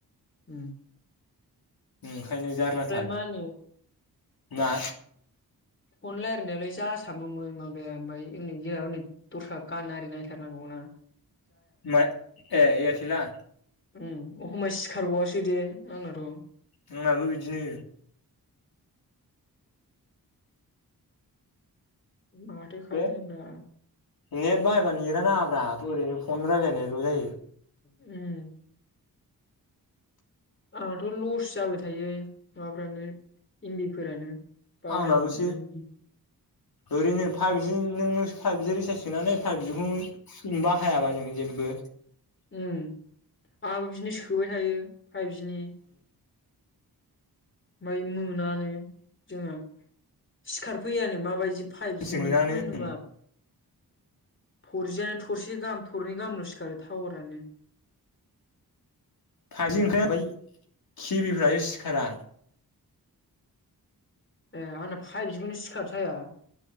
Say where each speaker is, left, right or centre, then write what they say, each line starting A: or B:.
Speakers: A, on the left (about 30°); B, on the left (about 70°).
A: होम।
B: ओंखायनो जारलाथार
A: मा होनो
B: ना।
A: फन लायरायनायालाय जासाबोमोन माबाया ओमफाय <unintelligible> दस्रा गान आरि नायथार नांगौ ना।
B: ओमफाय ए एयारथेला
A: उम अखमबा सिखारबावासो दे आंनाथ'।
B: आंनाबो बिदिनो।
A: माथो खामनो
B: बे
A: आं दा
B: नेट बाहायबानो नेटा नाङाब्रा ओरैनो फन रायलायनायल' जायो।
A: उम। आंहाथ लस जाबाय थायो माबाफ्रानो एमबिफोरानो बाहायनो
B: आंनाबोसो
A: मोनोदि
B: ओरैनो फाइभजि नोङो फाइभजि रिसारज सोनानै फाइभजि‌ खौ बाहायाबा जों जेबो
A: उम आंहाबो बिदिनो सोबाय थायो फाइभजि नि ओमफाय मोनानो जोंहा सिखारफैयानो माबायदि फाइभजि
B: रिसार्ज मोनानो
A: नेटखौनो नुवा फरजियानो थरसे गाहाम थरनै गाहामल सिखारो टावारानो <inaudible>
B: फाइजि
A: नङा
B: ओंख्रि जाय किबिफ्रासो सिखारा।
A: ए आंना फाएफजि खौनो सिखार थाया।